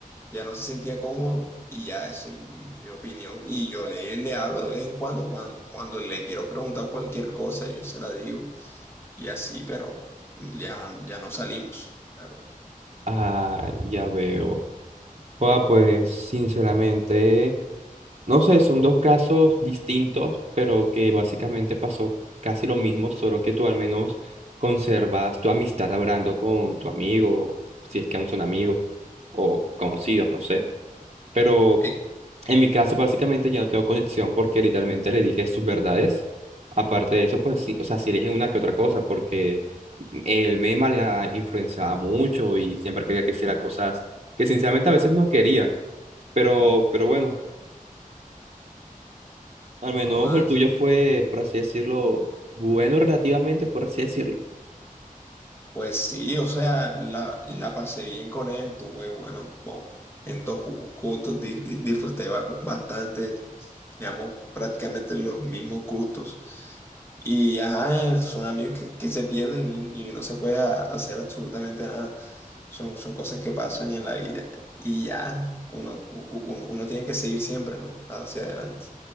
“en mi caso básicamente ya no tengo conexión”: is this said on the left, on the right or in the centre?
Right